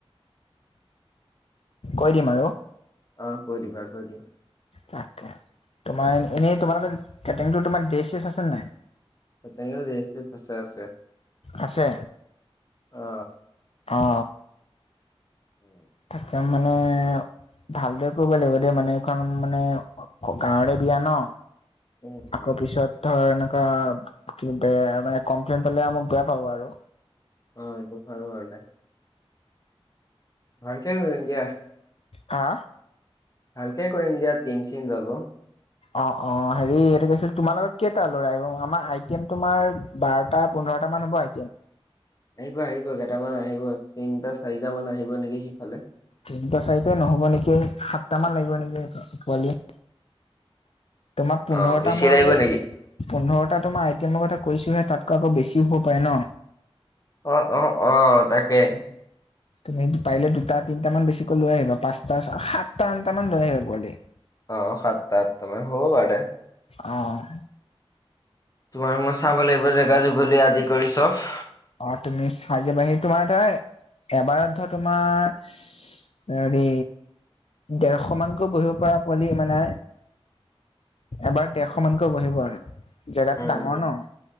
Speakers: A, on the left (about 75°); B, on the left (about 35°).
A: কৈ দিম আৰু।
B: অ, কৈ দিবা, কৈ দিবা।
A: তাকে, তোমাৰ এনেই তোমালোকৰ কেটেৰিংটো তোমাৰ ড্ৰেছ- চেছ আছেনে নাই?
B: তেনেকে ড্ৰেছ- চেছ আছে, আছে।
A: আছে।
B: অ।
A: অঁ।
B: <inaudible>
A: থাকে মানে ভালদৰে কৰিব লাগিব দেই মানে, এইখন মানে গাঁওৰে বিয়া নহ!
B: উম উম
A: আকৌ পিছত ধৰ এনেকুৱা কি বেয়া, মানে কমপ্লেইন পালে মোক বেয়া পাব আৰু।
B: অ, এইটো ভাল হোৱা নাই। ভালকে কৰিম দিয়া।
A: হা!
B: ভালকে কৰিম দিয়া, টীম-চিম যাব।
A: অ, অ, হেৰি এইটো কি আছিল, তোমাৰ লগত কেইটা ল'ৰা আহিব? আমাৰ আইটেম তোমাৰ বাৰটা-পোন্ধৰটা মান হ'ব আইটেম।
B: আহিব, আহিব, কেইটামান আহিব, তিনিটা-চাৰিটা মান আহিব নেকি সিফালে।
A: তিনিটা-চাৰিটাই নহ'ব নেকি? সাতটা মান লাগিব নেকি পোৱালি? তোমাৰ পোন্ধৰটা
B: অ বেছি
A: মই
B: লাগিব নেকি
A: পোন্ধৰটা তোমাৰ আইটেমৰ কথা কৈছোহে, তাতকৈ আকৌ বেছিও হ'ব পাৰে ন!
B: অ, অ, অ, তাকে।
A: তুমি পাৰিলে দুটা-তিনিটা মান বেছিকৈ লৈ আহিবা, পাঁচটা, সাতটা-আঠটা মান লৈ আহিবা পোৱালি।
B: অ, সাতটা-আঠটা মান, হ'ব বাৰু দে।
A: অ, অ।
B: তোমাৰ মই চাব লাগিব, জেগা যুগলি আদি কৰি চব।
A: অ, তুমি চাই যাবাহি, তোমাৰ ধৰা, এবাৰত ধৰা তোমাৰ হেৰি, ডেৰশ মানকৈ বহিব পৰা পোৱালি মানে এবাৰ ডেৰশ মানকৈ বহিব আৰু, জেগাতো
B: উম
A: ডাঙৰ
B: উম
A: ন!